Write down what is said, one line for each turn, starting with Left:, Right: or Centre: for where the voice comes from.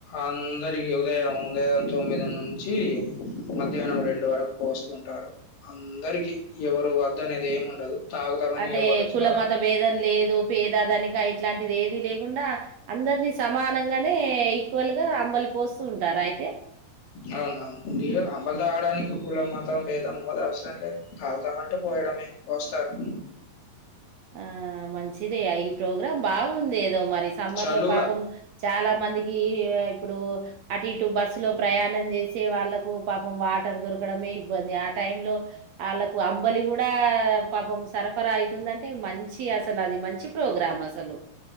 Left: అందరికి ఉదయం లే ఉదయం తొమ్మిది నుంచి మధ్యాహ్నం రెండు వరకు పోస్తూ ఉంటారు అందరికి ఎవరు వద్ద అనేది ఏమి ఉండదు తాగుతామని
Right: అంటే
Left: ఎవరు వచ్చినా
Right: కుల
Left: వాళ్ళు
Right: మాత భేదం లేదు పేద ధనిక ఇట్లాంటిది ఏది లేకుండా అందరినీ సమానంగానే ఈక్వల్ గా అంబలి పోస్తూ ఉంటారు అయితే
Left: అవునా అవును రీయిల్ అంబాలి తాగడానికి కులం మతం భేదం ఎవ్వల్ అవసరం లేదు తాగుతామంటే పోయడమే పోస్తారు
Right: ఆ మంచిదే ఈ ప్రోగ్రాం బాగుంది ఏదో మరి సమ్మర్
Left: చలువ
Right: లో పాపం చాలా మందికి ఇప్పుడు అటు ఇటు బస్సు లో ప్రయాణం చేసి వాళ్ళలకు పాపం వాటర్ దొర కడమే ఇబ్బంది ఆ టైం లో వాళ్ళకు అంబలి కూడా పాపం సరఫరా అయితుంది అంటే మంచి అసలు అది మంచి ప్రోగ్రాం అసలు